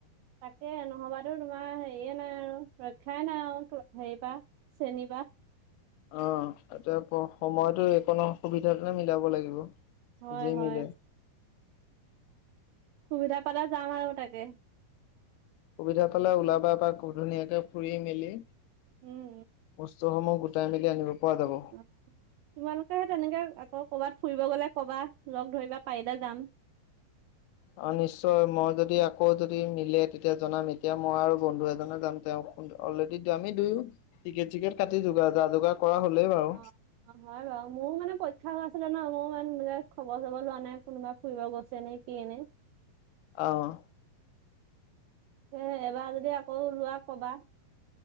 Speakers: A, on the right; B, on the left.
A: তাকে নহবাতো তোমাৰ হেৰিয়ে নাই আৰু ৰক্ষা এ নাই আও‌ টো হেয়ি পা চেনি পা
B: অ এতিয়া ব সময়তো একনো সুবিধাটোহে মিলাব লাগিব।
A: হয়
B: যি
A: হয়।
B: মিলে
A: সুবিধা পালে যাম আৰু তাকে।
B: সুবিধা পালে ওলাবা এপাক ধুনীয়াকে ফুৰি মেলি
A: উম
B: বস্তুসমূহ গোটাই মেলি আনিব। পৰা যাব।
A: উমহ তোমালোকেহে তেনেকে আকৌ কবাত ফুৰিব গ'লে কবা লগ ধৰিবা পাৰিলে যাম।
B: অ নিশ্চয় মই যদি আকৌ যদি মিলে তেতিয়া জনাম এতিয়া মই আৰু বন্ধু এজনে যাম তেওঁক অলৰেডিটো আমি দুয়ো টিকেট চিকেট কাটি যোগাৰ যা যোগাৰ কৰা হ'লেই বাৰু
A: অ অ হয় বাও মো মানে পইক্ষা হৈ আছিলে ন মো মান‌ মানে খব চব লোৱা নাই কোনোবা ফুৰিব গৈছে নে কিয়েনে।
B: অহ।
A: এ এবাৰ যদি আকৌ ওলোৱা কবা।